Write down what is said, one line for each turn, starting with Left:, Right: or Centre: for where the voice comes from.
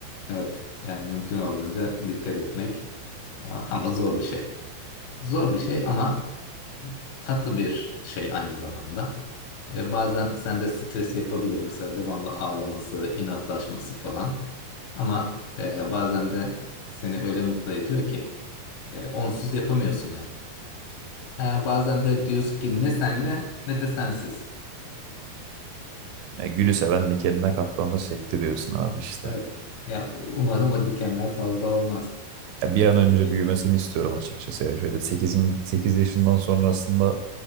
Left: Evet, yani mümkün olduğunca dikkat etmek a- ama zor bir şey. Zor bir şey ama tatlı bir şey aynı zamanda. E, bazen sende stres yapabiliyor. Mesela devamlı ağlaması, inatlaşması falan. Ama e, bazen de seni öyle mutlu ediyor ki e, onsuz yapamıyorsun yani. E, bazen de diyorsun ki ne senle ne de sensiz.
Right: Ya gülü seven dikenine katlanır şekli diyorsun abi işte.
Left: Evet. Ya umarım o dikenler fazla olmaz
Right: Ya bir an önce
Left: diye.
Right: büyümesini istiyorum açıkçası. Ya şöyle sekiz sekiz yaşından sonrasında